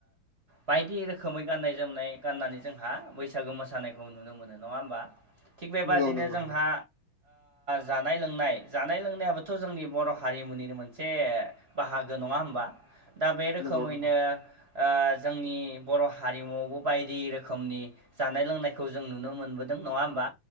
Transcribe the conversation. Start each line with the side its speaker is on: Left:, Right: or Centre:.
Right: बायदि रोखोमै गाननाय जोमनाय गाननानै जोंहा बैसागो मोसानायखौ नुनो मोनो। नंङा होनबा। थि बेबनो
Left: नंगौ नंगौ
Right: जोंहा
Left: नंगौ
Right: जानाय लों जा लोंनायाबोथ' जोंनि बर' हारिमुनिनो मोनसे बाहागो नङा होमबा दा बे रोखोमैनो
Left: नंगौ नंगौ
Right: ओ जोंनि बर' हारिमुआवबो बायदि रोखोमनि जानाय लोंनायखौ जों नुनो मोनबोदों नङा होमबा